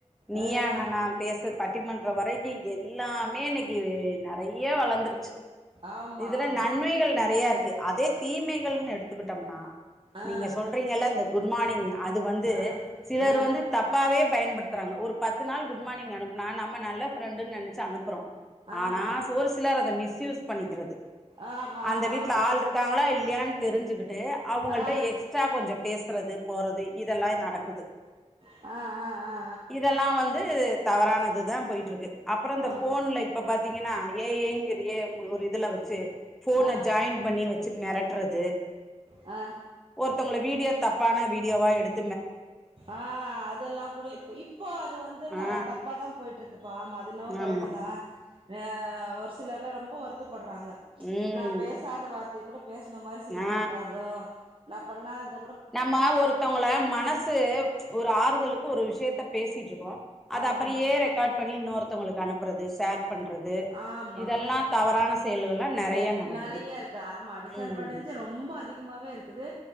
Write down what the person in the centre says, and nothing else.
நீயா
நானா பேச பட்டிமன்ற வரைக்கு எல்லாமே இன்னைக்கு நறைய வளந்துருச்சு
இதுல
நன்மைகள் நறையாருக்கு கு அதே தீமைகள்னு எடுத்துக்குட்டம்னா
நீங்க சொல்றீங்கல இந்த குட் மார்னிங் அது வந்து
சிலர்
வந்து தப்பாவே பயன்படுத்த புறாங்க ஒரு பத்து நாள் குட் மார்னிங்னு அனுப்னா நம்ம நல்ல ஃபிரெண்டுனு நெனைச்சு அனுப்புறோ
ஆனா சோ ரு சிலர் அத மிஸ்யூஸ் பண்ணிக்கிறது
அந்த
வீட்ல
ஆள்ருக்காங்களா இல்லையான்னு தெரிஞ்சுக்கிட்டு அவங்கள்ட
எக்ஸ்ட்ரா கொஞ்சொ பேசுறது போறது இதெல்லா நடக்குது
இதெல்லா வந்து தவறானதுதான் போயிட்ருக்கு அப்பறம் இந்த
போன்ல இப்ப பாத்தீங்கன்னா <unintelligible> ஏ ஒரு இதுல வச்சு போன
ஜாயிண்ட் பண்ணி வச்சு மெரட் டறது
ந்தங்கள வீடியோ தப்பான வீடியோவா எடுத்
ஆ
ஆமா
ம்
ஆ
நம்ம ஒருத்தவங்கள மனசு ஒரு ஆறுதலுக்கு ஒரு விஷயத்த பேசிட்ருக்கோ அத
அப்பரியே ரெகார்ட் பண்ணி இன்னொருத்தவங்களுக்கு அனுப்புறது சேர் பண்றது
இதெல்லா தவறான செயல்கள்லா நெறைய
நடக்குது
ம்